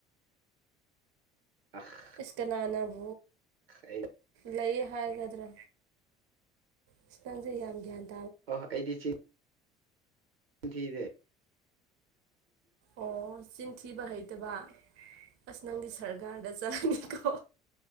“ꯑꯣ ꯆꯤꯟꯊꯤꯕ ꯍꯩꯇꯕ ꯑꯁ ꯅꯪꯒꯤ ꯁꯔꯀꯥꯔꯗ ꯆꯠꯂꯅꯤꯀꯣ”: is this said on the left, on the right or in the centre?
Right